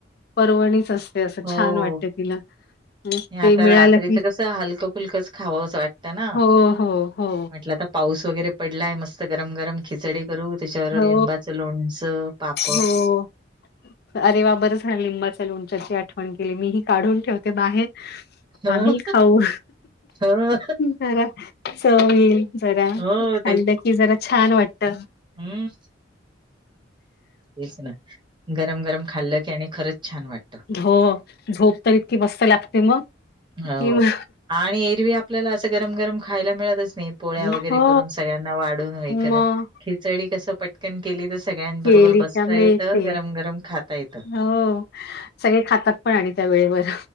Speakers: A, on the left; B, on the right.
A: परवणीच अस ते असं
B: हो.
A: छान वाटत तिला. मग ते
B: आता
A: मिळालं
B: रात्रीच
A: की
B: कस हलकं फुलकंच खावं असं वाटत ना.
A: हो हो हो.
B: म्हटलं आता पाऊस वगैरे पडलाय मस्त गरम गरम खिचडी करू त्याच्यावर
A: हो
B: लिंबाचं लोणचं पाप
A: हो अरे वा बरं झा लिंबाच्या लोणच्याची आठवण केली मी ही काढून ठेवते बाहेर.
B: हं,
A: आम्हीही खाऊ.
B: हं,
A: जरा चव येईल जरा
B: हो
A: खाल्लं की जरा छान वाटत.
B: हम् तेच ना गरम गरम खाल्लं की आणि खरंच छान वाट
A: हो झोप तर इतकी मस्त लागते मग
B: हो
A: कि म-
B: आणि एरवी आ पल्याला असं गरम गरम खायला मिळतच नाही पोळ्या
A: छान
B: वगैरे
A: हो
B: करून सगळ्यांना वाढून व हे कर
A: मग
B: खिचडी कसं पट कन केली तर सगळ्यां बरोबर
A: केली
B: बसता
A: का मिळते
B: येतं, गरम गरम खाताता येत.
A: हो सगळे खातात पण आणि त्या वेळेवर